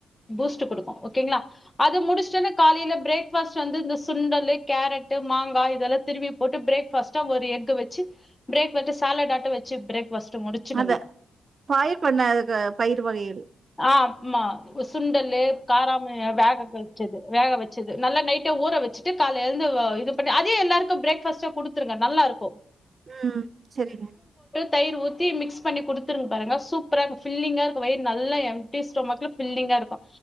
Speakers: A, on the left; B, on the right.
A: பூஸ்ட்டு குடுக்கு ஓகேங்ளா அது முடிச்சுட்டு வந்து காலேல ப்ரேக்ஃபாஸ்டு வந்து சுண்டலு கேரட்டு மாங்கா இதல்லா திருவி போட்டு பிரேக்ஃபாஸ்டா ஒரு எஃக வச்சு பிரேக்ஃபாஸ்ட ஸாலடாட்ட வச்சு பிரேக்ஃபாஸ்ட் <unintelligible> முடிச்சடுங்க
B: அதான். பயிர் பண்ண அதுக்கு பயிர் வகைகள்
A: ஆ ஆமா சுண்டலு காராம ஆ வேக வச்சது வேக வச்சது நல்லா நைட்டே ஊற வச்சு கால்ல எழுந்து ஒ இது பண்ணி அதே எல்லாருக்கு பிரேக்ஃபாஸ்டா குடுத்துருங்க நல்லா இருக்கு
B: உ சேரிங்க
A: தயர் ஊத்தி மிக்ஸ் பண்ணி குடுத்து பாருங்க சூப்பரா இருக்குஃபில்லிங்கா இருக்கு வயிரு நல்லா எம்டி ஸ்டொமக்குல ஃபில்லிங்கா இருக்கு